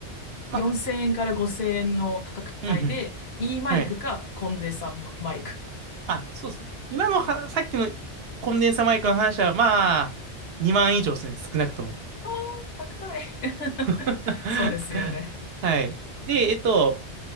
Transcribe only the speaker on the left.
4000円から5000円の価格帯で、
いいマイクかコンデンサーマイク。
あー高い。<laughs>
そうですよね。